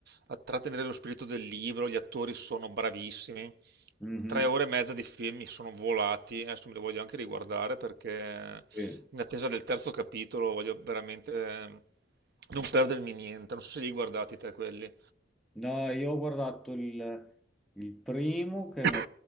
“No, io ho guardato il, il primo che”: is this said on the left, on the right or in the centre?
Centre